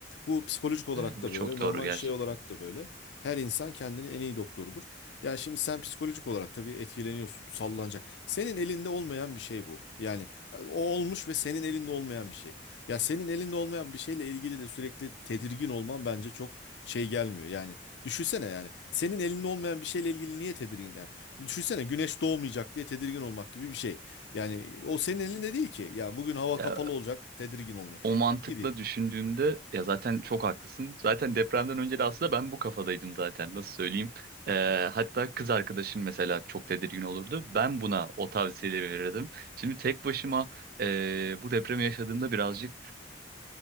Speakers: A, on the left (about 70°); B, on the right (about 55°).
A: Bu psikolojik olarak
B: Evet bu
A: da
B: çok
A: böyle, normal
B: doğru gerçekten.
A: şey olarak da böyle. Her insan kendini en iyi doktorudur. Yani şimdi sen psikolojik olarak tabii etkileniyorsun, sallanacak. Senin elinde olmayan bir şey bu. Yani o olmuş ve senin elinde olmayan bir şey. Ya senin elinde olmayan bir şeyle ilgili de sürekli tedirgin olman bence çok şey gelmiyor. Yani düşünsene yani senin elinde olmayan bir şeyle ilgili niye tedirgin yani? Düşünsene güneş doğmayacak diye tedirgin olmak gibi bir şey. Yani o senin elinde değil ki. Ya bugün hava
B: Ya
A: kapalı olacak, tedirgin oluyor
B: O mantıkla
A: gibi.
B: düşündüğümde ya zaten çok haklısın. Zaten depremden önce de aslında ben bu kafadaydım zaten. Nasıl söyleyeyim? Ee, hatta kız arkadaşım mesela çok tedirgin olurdu. Ben buna o tavsiyeleri verirdim. Şimdi tek başıma ee, bu depremi yaşadığımda birazcık